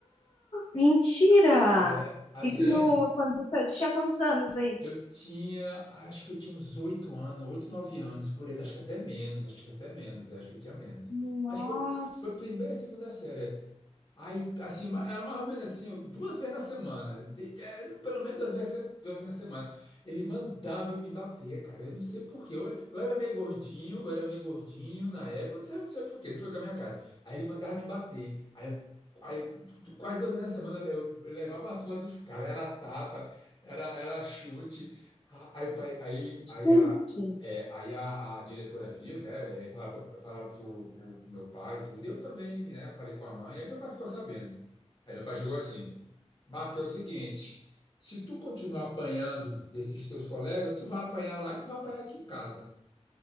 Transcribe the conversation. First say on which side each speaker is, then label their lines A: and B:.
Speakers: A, on the left (about 60°); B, on the left (about 40°).
A: mentira!
B: É, Adriane,
A: Isso no, quando, tu tinha quantos anos aí?
B: Eu tinha, acho que eu tinha uns oito anos, oito, nove anos, por aí, acho que até menos, acho que até menos, é, acho que eu tinha menos.
A: Nossa.
B: Acho que foi, foi primeira, segunda série, Aí, assim, era mais ou menos assim, ó, duas vezes na semana, de- é, pelo menos duas vezes, duas vezes na semana. Ele mandava eu me bater, cara. Eu não sei por quê. Eu, eu era meio gordinho, eu era meio gordinho na época, eu não sei, eu não sei por quê, ele foi com a minha cara. Aí ele mandava me bater. Aí, aí quase duas vezes na semana eu, eu levava a surra dos caras, era tapa, era, era chute. A- Aí, o pai- aí, aí,
A: Gente.
B: é, aí a, a diretora viu, né? E aí falaram, pra- falaram pro, pro meu pai e tudo. e Eu também, né? Falei com a mãe. Aí meu pai ficou sabendo. Aí meu pai chegou assim: Marco, é o seguinte: se tu continuar apanhando desses teus colegas, tu vai apanhar lá e tu vai apanhar aqui em casa.